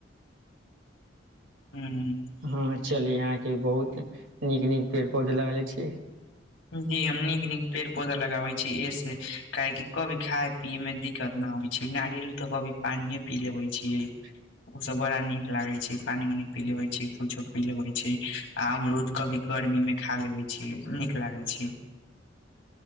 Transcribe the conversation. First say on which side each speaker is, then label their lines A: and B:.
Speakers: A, on the left; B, on the right.
A: हुँ-
B: ह चली अहा के बहुत नीक- नीक पेड़- पौधे लगैले छी।
A: जी हम नीक-नीक पेड़-पौधा लगाबे छी, ऐहे से काहे की कभी खाय पियए में दिक- कत- न होइ छै, नारियल तऽ कभी पानिये पी लेबे छियै।
B: <unintelligible>
A: ओ सब बड़ा नीक लागे छै पानी उनी पिलेबै- छी। कुछो पी लेबे छी आमरूद कभी गर्मी में खा लेबे छी नीक लागे छै।